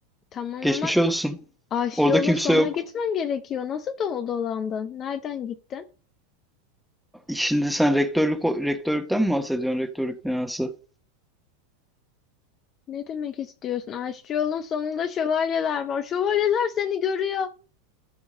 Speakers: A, on the left; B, in the centre.
A: tamam
B: Geçmiş
A: ama
B: olsun.
A: ağaçlı
B: Orada
A: yolun
B: kimse
A: sonuna
B: yok.
A: gitmen gerekiyor. Nasıl do- dolandın? Nereden gittin?
B: Şimdi sen rektörlük rektörlükten mi bahsediyorsun? Rektörlük binası.
A: Ne demek istiyorsun? Aşçı yolun sonunda şövalyeler var. Şövalyeler seni görüyor.